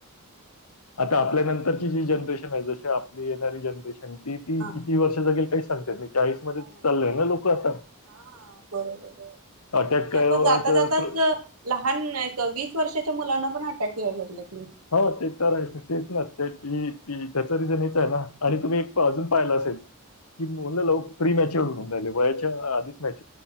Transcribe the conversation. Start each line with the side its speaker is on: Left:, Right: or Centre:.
Left: आता आपल्यानंतरची जी जनरेशन आहे. जशी आपली येणारी जनरेशन ती ती
Right: हा हा बरोबर हा
Left: किती वर्ष जगेल. काही सांगता येत नाहीत. चाळीस मध्ये
Right: नाही नाही
Left: चाललंय
Right: नाही
Left: ना लोक आता.
Right: हा बरोबर बरोबर.
Left: अटॅक
Right: नाही
Left: काय
Right: आता
Left: व्हायचं
Right: जाता जाताच
Left: प्र-
Right: लहान एक वीस वर्षाच्या मुलांना पण अटॅक यायला लागलेतं.
Left: हो ते तर तेच ना ते त त्याच रिझन हेच आहे ना आणि तुम्ही एक अजून पाहिला असेल. कि मुलं लव-प्रीमॅच्युअर होऊन राहिले वयाच्या आधीच मॅच्युअर.